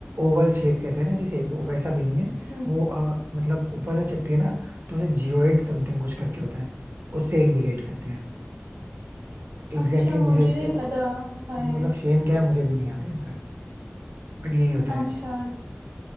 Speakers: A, on the right; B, on the right.
A: ओवल शेप कहते हैं ना जिसे वो वैसा भी नहीं है
B: हम्म
A: वो अ, मतलब ऊपर से चपटी है ना तो उसे जियोइड समथिंग कुछ करके होता है उससे इंडिकेट करते हैं एग्जैक्टली
B: अच्छा
A: exactly मुझे
B: मुझे
A: इससे
B: नहीं पता था ये
A: मतलब शेम क्या है मुझे भी नहीं आता इनफैक्ट बट यही होता है
B: अच्छा